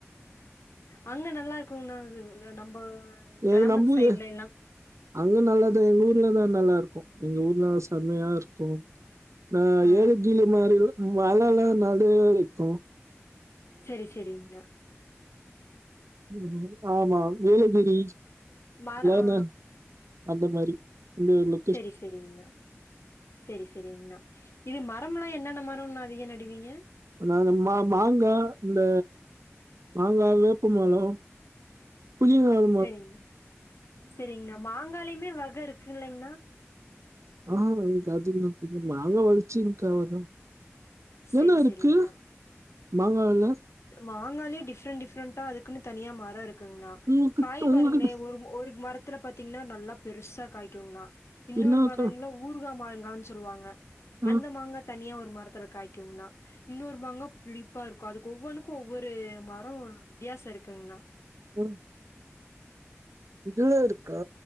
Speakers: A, on the left; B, on the right.
A: அங்க நல்லா இருக்குங்கனா அது நம்ம கிராமத்து
B: எ நம்ப
A: சைடுல எல்லாம்
B: அங்க நல்லாதான் எங்க ஊர்லதான் நல்லா இருக்கும் எங்க ஊர்ல செம்மையா இருக்கும் வ
A: ஆ
B: ஏலகிரி மாதிரி மலை எல்லாம் நறையா இருக்கும்
A: செரி செரிங்கண்ணா
B: ம் ஆமா ஏலகிரி
A: மர
B: ஏன்ன
A: ஆ
B: அந்த மாரி இந்த ஊர்ல
A: சேரி சேரிங்கண்ணா சேரி சேரிங்கண்ணா இது மரம் எல்லாம் என்னென்ன மரம் அதிகம் நடுவீங்க
B: நா இந்த மா மாங்கா இந்த மாங்கா வேப்பமரம் புளி வந்
A: சேரிங்கண்ணா சேரிங்கண்ணா மாங்காளையுமே வகை இருக்குல்லலைங்கண்ணா
B: ஆ எனக்கு அதலா தெரியாதுமா மாங்க வச்சிருக்க அவ்ளோ தா
A: செரி
B: என்ன இருக்கு
A: செரிங்ண்ணா
B: மாங்கால
A: மாங்காலே டிப்ரெண்ட் டிஃப்ரெண்டா அதுக்குன்னு தனியா மரம் இருக் ங்கண்ணா
B: உங்ககிட்ட
A: காய் பாருங்களேன்
B: உங்ககிட்ட
A: ஒரு ஒரு மரத்துல பாத்தீங்கன்னா நல்லா பெருசா காய்குங்ண்ணா இன்னொரு
B: என்னாக்கா
A: மரங்கல ஊர்கா மாங்கான்னு சொல்லுவாங்க
B: ஆ
A: அந்த மாங்காய் தனியா ஒரு மரத்துல காய் க்குங்ண்ணா இன்னொரு மாங்கா புளிப்பா இருக்கும் அதுக்கு ஒவ்வொன்னுக்கு ஒவ்வொரு மரம் வித்தியாசம் இருங்குங்ண்ணா
B: ம் இதுலாம் இருக்கா